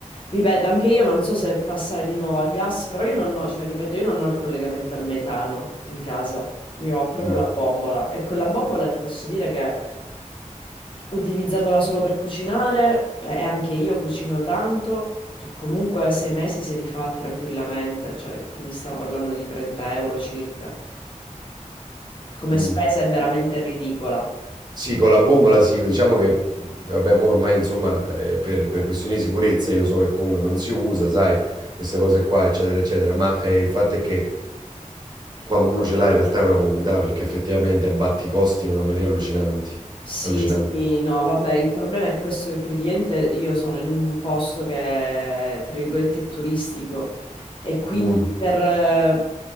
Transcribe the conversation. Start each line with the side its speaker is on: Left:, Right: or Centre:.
Left: Ripeto, anche io non so se passare di nuovo a gas, però io non ho, cioè, ripeto, io non ho il collegamento al metano in casa. Io ho proprio
Right: Mm,
Left: la bombola e quella bombola ti posso dire che utilizzandola solo per cucinare eh, e anche io cucino tanto, cioè comunque sei mesi se li fa tranquillamente, cioè, quindi stiamo parlando di 30 euro circa. Come
Right: mm.
Left: spesa è veramente ridicola.
Right: Sì, con la bombola sì, diciamo che mh, vabbè, mo ormai insomma eh, per, per questioni di sicurezza io so che comunque non si usa, sai, queste cose qua, eccetera, eccetera, ma eh, il fatto è che quando uno ce l'ha in realtà è una comodità perché effettivamente abbatti i costi in una maniera allucinanti,
Left: Sì,
Right: allucinante.
Left: sì, no, vabbè, il problema è questo che praticamente io sono in un posto che, tra virgolette, è turistico e quindi
Right: Mm.
Left: per, eh,